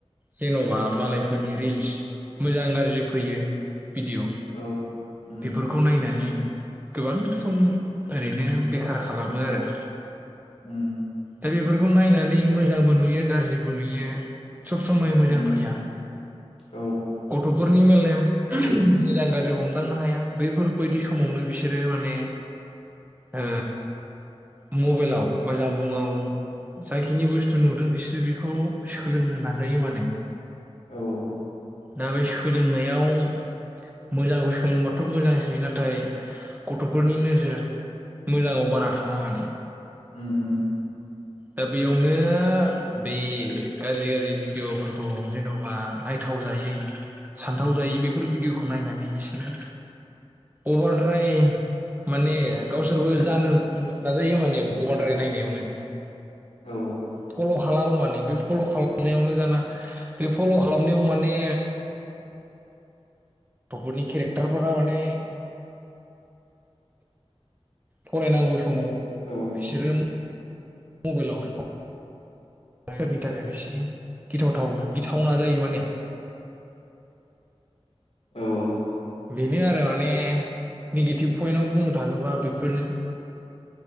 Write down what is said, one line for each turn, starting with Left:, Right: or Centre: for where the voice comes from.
Right: जेन'बा मालायफोरनि रिल्स मोजां गाज्रि फैयो। भिदिअ
Left: औ ओम
Right: बेफोरखौ नायनानै गोबां सम ओरैनो बेखार खालामो आरो।
Left: उम
Right: दा बेफोरखौ नायनानै मोजांबो नुयो गाज्रिबो नुयो सब समाय मोजां
Left: ओम
Right: फैया।
Left: औ
Right: गथ'फोरनि मेलेम मोजां गाज्रि हमदांनो हाया बैफोरबायदि समावनो बिसोरो माने
Left: <inaudible>
Right: ओ मबाइलाव बा जामबुङाव जायखिनि बुस्थु नुदों बिसोरो बेखौ सोलोंनो नाजायो माने।
Left: औ औ।
Right: दा बै सोलोंनायाव मोजांखौ सोलोंबाथ' मोजांसै नाथाय गथ'फोरनि नोजोर मोजाङाव बारा थाङा माने।
Left: उम उम।
Right: दा बेयावनो। बे गाज्रि गाज्रि भिडिअ'फोरखौ जेन'बा नायथाव जायै सानथाव जायै बेफोर भिडिय'खौ नायनानै बिसोरो अभारद्राय माने गावसोरबो जानो नाजायो माने अफारद्राय नायनायावनो।
Left: औ औ।
Right: फल' खालामो माने बे फल' खालामनायावनो जाना बे फल' खालामनायाव माने गथ'फोरनि केरेक्टारफोरा माने फरायनांगौ समाव
Left: औ
Right: बिसोरो मबाइलाव स <inaudible> थाखाय बिसिनि गिथावथाव गिथावना जायो माने।
Left: औ औ।
Right: बेनो आरो माने निगेटिभ पइन्टाव बुंनो थाङोबा बेफोरनो‌।